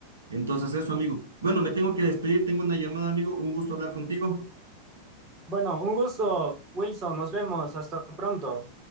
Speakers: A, on the right; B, on the right.
A: Entonces, eso, amigo. Bueno, me tengo que despedir, tengo una llamada, amigo, un gusto hablar contigo.
B: Bueno, un gusto, Wilson. Nos vemos. Hasta pronto.